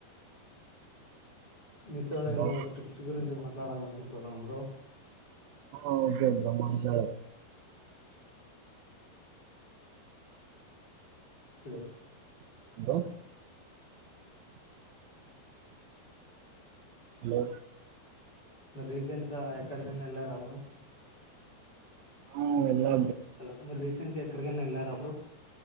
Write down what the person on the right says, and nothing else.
హలో
ఓకే బ్ర్మా అంటద
హలో హలో
అవును ఇలా